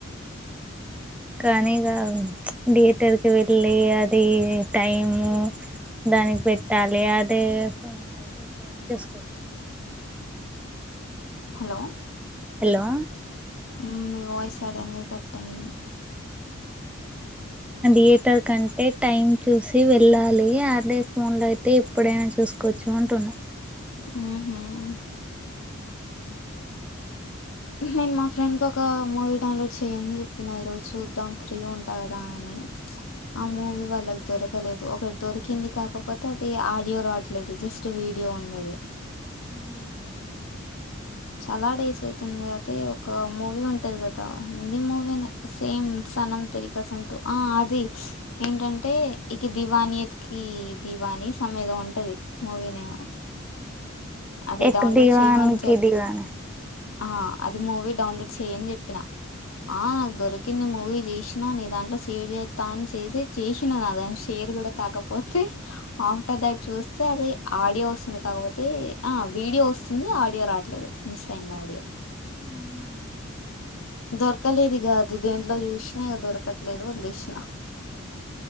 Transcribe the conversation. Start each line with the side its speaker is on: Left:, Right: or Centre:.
Centre: కానీ గా థియేటర్‌కి వెళ్ళి అది టైము దానికి పెట్టాలి అదే ఫోన్‌ లో అయితే ఎప్పుడైనా చూసుకోవచ్చు
Left: హలో
Centre: హలో
Left: మ్మ్ మీ వాయిస్ సడన్‌గా కట్ అయింది
Centre: థియేటర్ కంటే టైమ్ చూసి వెళ్ళాలి అదే ఫోన్ లో అయితే ఎప్పుడైనా చూసు కోచు అంటున్నా
Left: మ్మ్ ఉహ్మ్ నేను మా ఫ్రెండ్ కొకా మూవీ డౌన్లోడ్ చేయ్యని చెప్పిన ఈరోజు చూద్దాం ఫ్రీ ఉంటా కదా అని
Centre: మ్మ్
Left: ఆ మూవీ వాళ్ళకి దొరకలేదు ఒకటి దొరికింది కాకపోతే అది ఆడియో రాట్లేదు జస్ట్ వీడియో ఉందది
Centre: హ్మ్
Left: చాలా డేస్ అయితుంది అదే ఒక మూవీ ఉంటంది కదా హిందీ మూవీనే సేమ్ సనం తేరికసం టూ ఆ అది ఏంటంటే ఇకి దివానికి దివా కనీ సం ఏదో ఉంటాది మూవీ నేమ్ అది
Centre: ఏక్
Left: డౌన్లోడ్
Centre: దివాన్‌కి
Left: చేయమని చెప్
Centre: దివాని
Left: ఆ అది మూవీ డౌన్లోడ్ చెయ్యని చెప్పిన ఆ దొరికింది మూవీ చేసి న నీ దాంట్లో షేర్ చేతాని చేసి చేసిన నా దానికి షేర్ కూడా కాకపోతే ఆఫ్టర్ దట్ చూస్తే అది ఆడియో వస్తుంది కాకపోతే ఆ వీడియో వస్తుంది ఆడియో రాట్లేదు మిస్ అయింది ఆడియో
Centre: మ్మ్ ఉమ్మ్
Left: దొరకలేదు ఇగా అది దేంట్లో చూసినా ఇగ దొరకట్లేదు వదిలేసిన